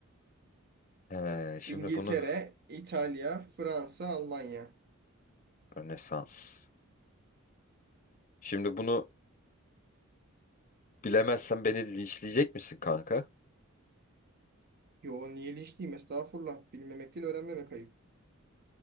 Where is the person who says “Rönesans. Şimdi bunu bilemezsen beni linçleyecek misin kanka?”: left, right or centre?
Left